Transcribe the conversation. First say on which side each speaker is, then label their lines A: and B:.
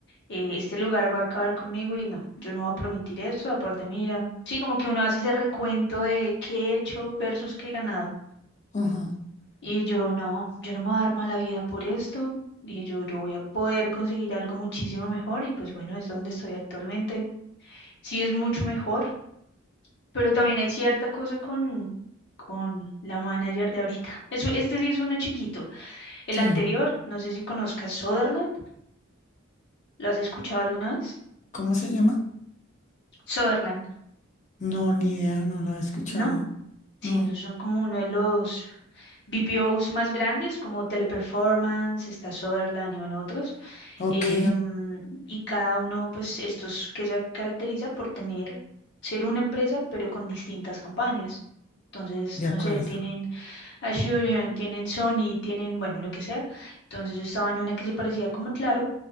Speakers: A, on the left; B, on the left.
A: eh, este lugar va a acabar conmigo y no, yo no voy a permitir eso, aparte mira, sí, como que uno hace ese recuento de qué he hecho versus qué he ganado.
B: ajá,
A: Y yo no, yo no me voy a dar mala vida por esto, dije yo, yo voy a poder conseguir algo muchísimo mejor y pues bueno, es donde estoy actualmente. Sí es mucho mejor, pero también hay cierta cosa con, con la manager de ahorita. Eso, este sí es uno chiquito. El
B: sí.
A: anterior, no sé si conozcas Sutherland, ¿lo has escuchado alguna vez?
B: ¿Cómo se llama?
A: Sutherland,
B: No, ni idea, no lo he escuchado.
A: ¿no? Sí,
B: No.
A: esos son como uno de los BPOs más grandes, como Teleperformance, está Sutherland y bueno, otros.
B: Ok,
A: Em, y cada uno, pues, estos que se caracteriza por tener, ser una empresa, pero con distintas campañas. Entonces,
B: de
A: no
B: acuerdo.
A: sé, tienen Asurion, tienen Sony, tienen, bueno, lo que sea. Entonces yo estaba en una que se parecía como Claro,